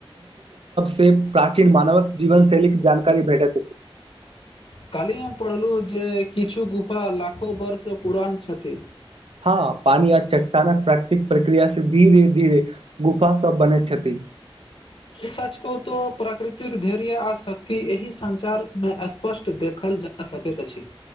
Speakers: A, on the right (about 75°); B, on the left (about 65°).
A: से प्राचीन मानवक जीवन शैली जानकारी भेटत
B: काली हम पढ़लु जे किछु गुफा लाखो बर्ष पुरान छथि
A: हँ पानी आ चट्टानक प्राकृतिक प्रक्रिया सँ धीरे धीरे गुफा सब बनैत छथिन
B: सच कहू तो प्राकृतिक धैर्य आ शक्ति एहि संचार मे स्पष्ट देखल जा सकैत अछि